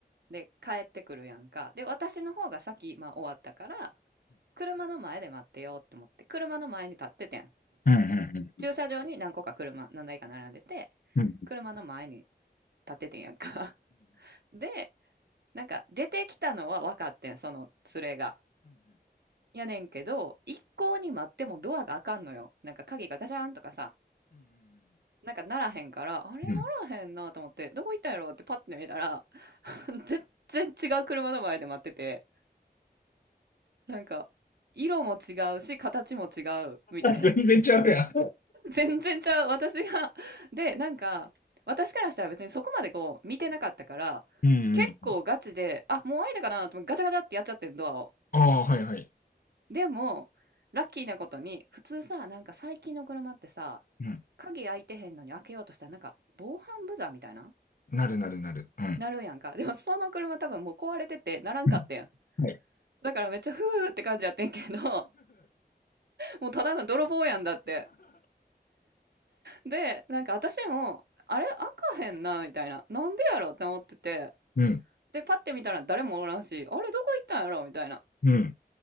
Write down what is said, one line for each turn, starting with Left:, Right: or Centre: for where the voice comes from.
Right: で、帰ってくるやんか。で、私の方が先、まあ終わったから、車の前で待ってようって思って、車の前に立っててん。
Left: うんうん。
Right: 駐車場に何個か車何台か並んでて
Left: うんうんうんうんうん
Right: 車の前に立っててんやんか <laughs> でなんか出てきたのは分かってんその連れがやねんけど一向に待ってもドアが開かんのよなんか鍵がガチャーンとかさなんかならへんからあれならへんなと思ってどこ行ったんやろってパッて見たら
Left: うんうん
Right: <laughs> 全然違う車の前で待っててなんか色も違うし形も違うみたいな
Left: 全然ちゃうやん。
Right: 全然ちゃう、私が。<laughs> で、なんか、私からしたら別にそこまでこう、見てなかったから、
Left: うんうん。
Right: 結構ガチで、あ、もう開いたかなと思ってガチャガチャってやっちゃってんドアを。
Left: ああ、はいはい。
Right: でも、ラッキーなことに、普通さ、なんか最近の車ってさ、
Left: うん。
Right: 鍵開いてへんのに開けようとしたらなんか、防犯ブザーみたいな
Left: なるなるなる。うん。
Right: なるやんか。でもその車多分もう壊れてて、ならんかってん。
Left: うん。はい。
Right: だからめっちゃふーって感じやってんけど、もうただの泥棒やんだって。で、なんか私も、あれ開かへんな、みたいな。なんでやろって思ってて。
Left: うん。
Right: で、パッて見たら誰もおらんし、あれどこ行ったんやろみたいな。っ
Left: うん。